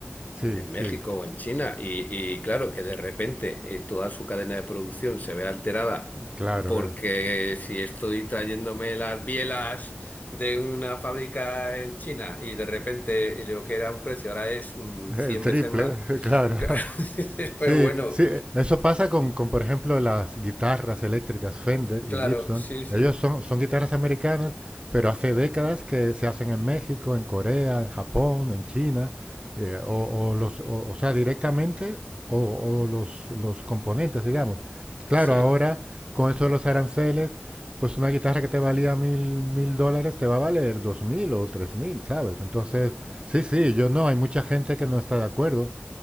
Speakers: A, on the right; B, on the left.
A: sí,
B: en México
A: sí,
B: o en China. Y, y claro, que de repente eh, toda su cadena de producción se ve alterada
A: claro,
B: porque
A: eh,
B: si estoy trayéndome las bielas de una fábrica en China y de repente lo que era un precio ahora es mm,
A: el
B: 100
A: triple,
B: veces más,
A: <laughs> claro.
B: <laughs> claro, dices,
A: Sí,
B: pero bueno,
A: sí, eh, eso pasa con, con, por ejemplo, las guitarras eléctricas Fender
B: claro,
A: y Gibson.
B: sí, sí,
A: Ellos son, son guitarras americanas, pero hace décadas que se hacen en México, en Corea, en Japón, en China, eh, o, o los, o, o sea, directamente, o, o los, los componentes, digamos. Claro,
B: sí.
A: ahora con eso de los aranceles, pues una guitarra que te valía mil, mil dólares te va a valer dos mil o tres mil, ¿sabes? Entonces, sí, sí, yo no, hay mucha gente que no está de acuerdo.